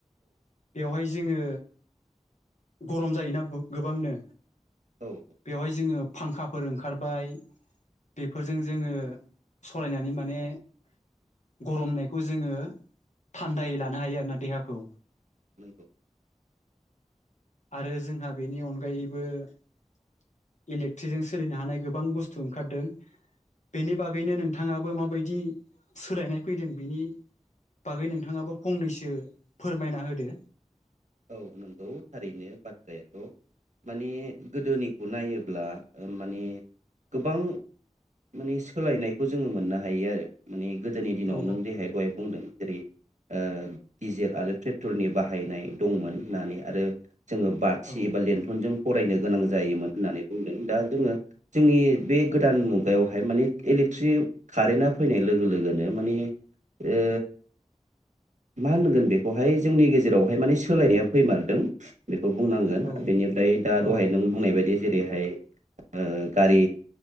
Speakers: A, on the left (about 70°); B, on the right (about 75°).
A: बेवहाय जोङो गरम जायोना बौ गोबांनो
B: औ
A: बेवहाय जोङो फांखा <unintelligible> ओंखारबाय बेफोरजों जोङो सलायनानै माने गर'म जानायखौ जोङो थान्दायै लानो हायो आरोना देहाखौ।
B: <unintelligible>
A: आरो जोंहा बेनि अनगायैबो इलेक्ट्रिकजों सोलिनो हानाय गोबां बुस्थु ओंखारदों बेनि बागैनो नोंथाङाबो माबायदि सोलायनाय फैदों बेनि बागै नोंथाङाबो फंनैसो फोरमायना होदो।
B: औ नंगौ थारैनो बाथ्रायाथ' माने गोदोनिखौ नायोब्ला माने गोबां माने सोलायनायखौ जोङो मोननो हायो आरो माने गोदोनि दिनाव
A: औ
B: नों देहाय दहाय बुंदों जेरै ओ डिजेल आरो पेट्रलनि बाहायनाय। दंमोन होननानै आरो जोङो बाथि
A: औ
B: एबा लेन्थनजों फरायनो गोनां जायोमोन होननानै बुंदों दा जोङो जोंनि बे गोदान मुगायावहाय माने इलेक्ट्रिक कारेन्टआ फैनाय लोगो लोगोनो माने ओ मा होनगोन बेखौहाय जोंनि गेजेरावहाय माने सोलायनाया फैमारदों बे बे बुंनांगोन
A: औ
B: बेनिफ्राय दा
A: औ
B: दहाय नों बुंनाय बायदि बे जेरैहाय ओ गारि